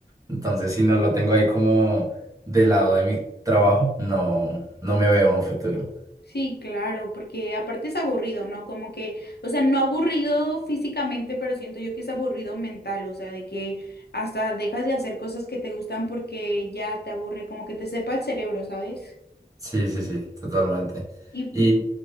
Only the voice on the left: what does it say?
Sí, claro, porque aparte es aburrido, ¿no? Como que, o sea, no aburrido físicamente, pero siento yo que es aburrido mental, o sea, de que hasta dejas de hacer cosas que te gustan porque ya te aburre, como que te sepa el cerebro, ¿sabes?
Y,